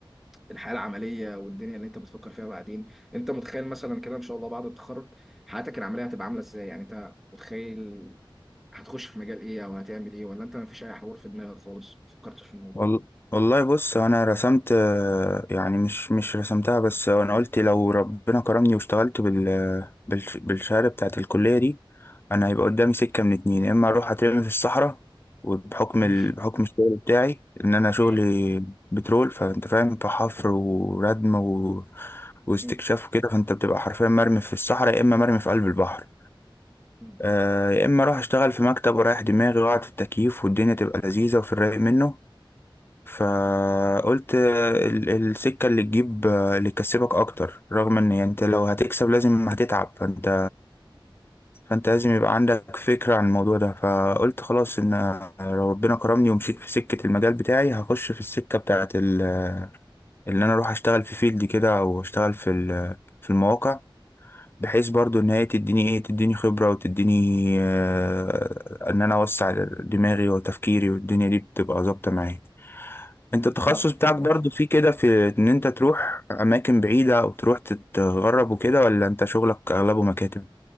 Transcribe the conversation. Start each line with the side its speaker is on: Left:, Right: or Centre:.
Centre: الحياه العمليه والدنيا اللي انت بتفكر فيها بعدين انت متخيل مثلا كده ان شاء الله بعد التخرج حياتك العمليه هتبقى عامله ازاي يعني انت متخيل هتخش في مجال ايه او هتعمل ايه ولا انت ما فيش اي حوار في دماغك خالص ما فكرتش في الموضوع
Left: وال- والله بص انا رسمت آه، يعني مش مش رسمتها بس انا قلت لو ربنا كرمني واشتغلت بال بالش- بالشهاده بتاعت الكليه دي انا هيبقى قدامي سكه من اتنين يا اما اروح اترمي في الصحراء وبحكم
Centre: <laughs>
Left: ال... بحكم الشغل بتاعي ان انا شغلي
Centre: مم.
Left: بترول فانت فاهم فحفر وردم و... واستكشاف
Centre: مم.
Left: وكده فانت بتبقى حرفيا مرمي في الصحراء يا اما مرمي في قلب البحر
Centre: مم.
Left: آه، يا اما اروح اشتغل في مكتب ورايح دماغي وقعد التكييف والدنيا تبقى لذيذه وفي الرايق منه فقلت ال- السكة اللي تجيب اللي تكسبك أكتر رغم إن يعني أنت لو هتكسب لازم هتتعب فأنت فأنت لازم يبقى عندك فكرة عن الموضوع ده فقلت خلاص إن لو ربنا كرمني ومشيت في سكة المجال بتاعي هخش في السكة بتاعت ال- اللي أنا أروح أشتغل في فيلد كده أو أشتغل في ال- في المواقع بحيث برضو إن هي تديني إيه تديني خبرة وتديني آه، إن أنا أوسع دماغي وتفكيري والدنيا دي بتبقى ظابطة معايا انت التخصص
Centre: <laughs> اه
Left: بتاعك
Centre: فاهم
Left: برضو فيه كده في ان انت تروح اماكن بعيدة او تروح تتغرب وكده ولا انت شغلك اغلبه مكاتب